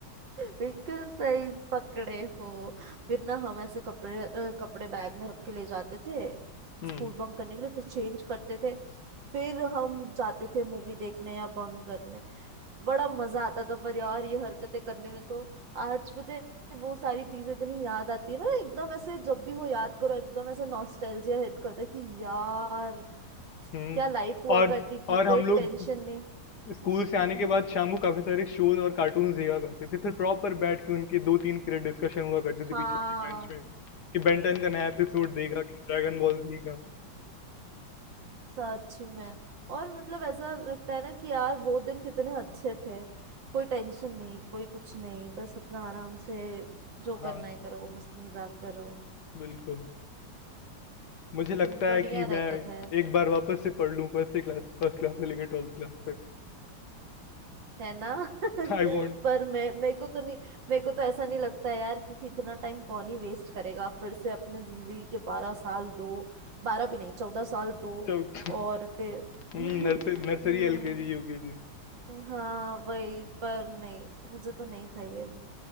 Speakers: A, on the right; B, on the left.
A: बिल्कुल सही पकड़े हो फिर ना हम ऐसे कपड़े अ, कपड़े बैग में रख के ले जाते थे
B: हुँ,
A: स्कूल बंक करने के लिए फिर चेंज करते थे फिर हम जाते थे मूवी देखने या बंक करने बड़ा मजा आता था पर यार ये हरकतें करने में तो आज पता है वो सारी चीजें इतनी याद आती है ना एकदम ऐसे जब भी वो याद करो एकदम ऐसे नॉस्टैल्जिया हिट करता है कि यार
B: हुँ।
A: क्या लाइफ हुआ
B: और
A: करती
B: और
A: थी कोई
B: हम
A: टेंशन
B: लोग
A: नहीं
B: स्कूल से आने
A: हम्म
B: के
A: हम्म
B: बाद शाम को काफ़ी सारे शोज़ और कार्टून्स देखा करते थे। फिर प्रॉपर बैठ के उनके 2-3 पीरियड डिस्कशन हुआ करते
A: हाँ
B: थे पीछे वाली बेंच में, कि बेन 10 का नया एपिसोड देखा, कि ड्रैगन बॉल ज़ी का।
A: सच में और मतलब ऐसा लगता है ना कि यार वो दिन कितने अच्छे थे कोई टेंशन नहीं कोई कुछ नहीं बस अपना आराम से जो
B: हाँ,
A: करना है करो मस्ती मजाक करो
B: बिल्कुल। मुझे लगता
A: तो बढ़िया
B: है कि
A: रहता
B: मैं
A: था यार
B: एक
A: सब
B: बार वापस से पढ़ लूँ फर्स्ट से क्लास फर्स्ट क्लास से लेकर 12th क्लास तक।
A: है ना <laughs>
B: I want
A: पर मैं मेरे को तो नहीं मेरे को तो ऐसा नहीं लगता है यार क्योंकि इतना टाइम कौन ही वेस्ट करेगा फिर से अपने जिंदगी के बारह साल दो बारह भी नहीं चौदह साल दो
B: चौथ
A: और फिर
B: हुँ,
A: <laughs> हम्म,
B: नर्स <laughs> नर्सरी, एलकेजी, यूकेजी।
A: हाँ वही पर नहीं मुझे तो नहीं चाहिए वो